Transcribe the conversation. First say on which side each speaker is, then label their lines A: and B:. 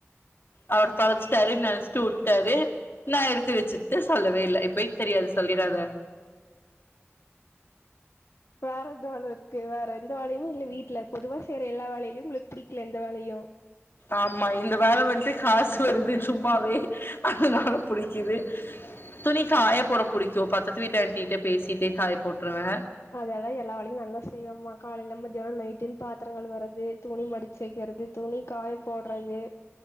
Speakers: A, on the left; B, on the left.
A: அவரு தொலைச்சுட்டாருன்னு நெனச்சுட்டு வுட் டாரு நா எடுத்து வச்சுகிட்டு சொல்லவே இல்ல இப்பைக் தெரியாது சொல்லிராத
B: வேற எது வேல இருக்கு வேற எந்த வேலயுமே இல்ல வீட்ல பொதுவா செய்யற எல்லா வேலைலயு உங்களுக்கு புடிக்கல எந்த வேலையு
A: ஆமா இந்த வேல வந்ட்டு காசு வருது சும்மாவே அதுனால புடிக் கிது துணி காய போட புடிக்கு பத்தத்து வீட்டு ஆன்டிகிட்ட பேசிகிட்டே காய போட்ருவே
B: அதலா எல்லா வேலையு நா தா செய்வேம்மா காலேல மதியானோ நைட்டுன் பாத்தரோ கழுவுர து துணி மடுச்சு வக்கிறது துணி காய போட்றது